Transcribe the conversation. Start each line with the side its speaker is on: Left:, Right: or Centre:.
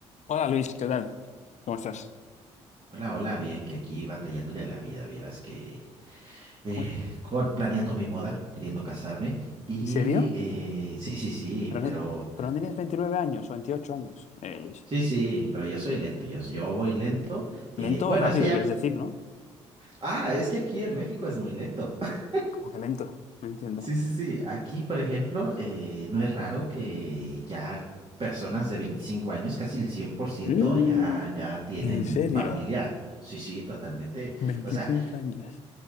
Left: Hola Luis, ¿qué tal? ¿Cómo estás?
Right: Hola, hola, bien, que aquí batallándole a la vida, vieras que eh,
Left: Uy,
Right: con, planeando mi boda, queriendo casarme y
Left: ¿en serio?
Right: eh, sí, sí, sí,
Left: Pero
Right: pero
Left: no, pero no tenías 29 años o 28 años, eh, Luis.
Right: sí, sí, pero yo soy lento, yo, yo voy lento. eh,
Left: Lento
Right: bueno,
Left: o rápido,
Right: es que ya,
Left: quieres decir, ¿no?
Right: ah, es que aquí en México es muy lento. <laughs>
Left: Como que lento, no entiendo.
Right: Sí, sí, sí, aquí, por ejemplo, eh, no es raro que ya personas de 25 años, casi el cien por ciento,
Left: Mm,
Right: ya, ya tienen
Left: ¿En serio?
Right: familia. Sí, sí, totalmente.
Left: 25
Right: O sea,
Left: años.